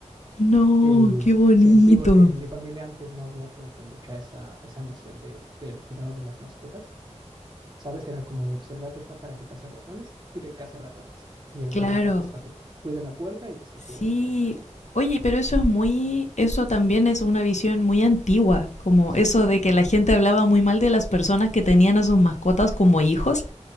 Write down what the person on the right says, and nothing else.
Y
sí, sí, porque en mi familia antes no había como que mucha esa, esa noción de, del cuidado de las mascotas. ¿Sabes? Era como de, pues el gato está para que case ratones y que case ratones. Y el
perro está pues para que cuide la puerta y pues que
cuide la puerta, ¿no?
Sí,
sí, sí.